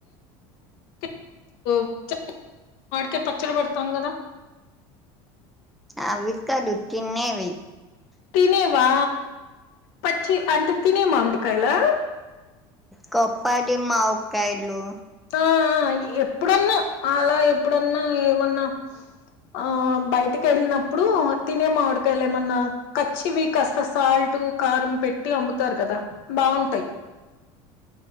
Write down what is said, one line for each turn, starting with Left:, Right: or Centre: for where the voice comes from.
Left: మ్మ్ <unintelligible> మాడికాయ పచ్చడి పెడతాం కదా
Centre: అవి కాదు తిన్నేవి
Left: తినేవా పచ్చి అంటే తినే మామిడికాయలా
Centre: కొప్పడి మావుకాయలు
Left: ఆ ఆ ఎప్పుడన్నా అలా ఎప్పుడన్నా ఏమన్నా ఆ బయటికి ఎళ్ళినప్పుడు తినే మామిడికయాలు ఏమన్నా కచ్చివి కాస్త సాల్ట్ టూ కారం పెట్టి అమ్ముతారు కదా బాగుంటయ్